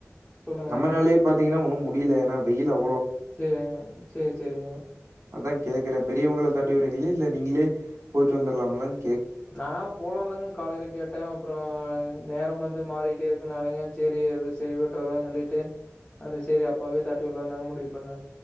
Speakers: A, on the left; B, on the right.
A: சொல்லுங்க.
B: நம்மனாலயே பாத்தீங்கன்னா ஒன்னும் மு டியில ஏன்னா வெய்யிலு அ
A: சேரிங்க சேரி சேரிங்க
B: அதா கேக்கறே பெரியவங்கள தாட்டி விட்றீங்களே இல்ல நீங்களே போயிட்டு வந்துரலாமல்லன்
A: நா போலான்ந்தாங்க காலைல கேட்டே அப்றோ நேரம் வந்து மாறிட்டே இருக்கனாலைங்க சேரி அது செரிபட்டு வராதுன்னு சொல்லிட்டு அப்ற சேரி அப்பாவயே தாட்டி விடலான்னுதாங்க முடிவு பண்ணே